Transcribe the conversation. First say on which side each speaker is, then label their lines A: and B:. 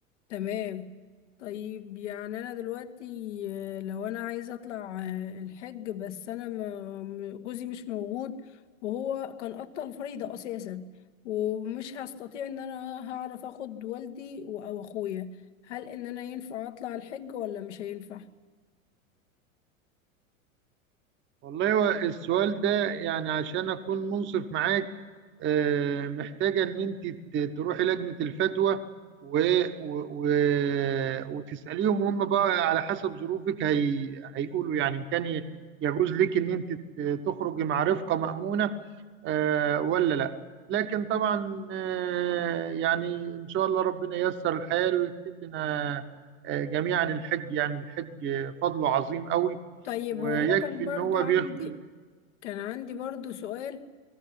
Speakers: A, on the left; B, on the right.
A: تمام طيب يعني انا دلوقتي آه، لو انا عايزه اطلع آه، الحج بس انا م- م- جوزي مش موجود وهو كان قطع الفريضه اساسا ومش هستطيع ان انا هعرف اخد والدي و- او اخويا هل ان انا ينفع اطلع الحج ولا مش هينفع
B: والله هو السؤال ده يعني عشان أكون منصف معاك آه، محتاجة إن أنت ت- تروحي لجنة الفتوى و... و... و... وتسأليهم وهم بقى على حسب ظروفك هي... هيقولوا يعني إن كان ي- يجوز لك إن أنت ت- تخرجي مع رفقة مأمونة آه، ولا لا لكن طبعا آه، يعني إن شاء الله ربنا ييسر الحال ويكتب لنا آه، جميعا الحج يعني الحج فضله عظيم قوي
A: طيب
B: ويكفي
A: هو انا كان برضو
B: إن هو
A: عندي
B: بيغفر
A: كان عندي برضو سؤال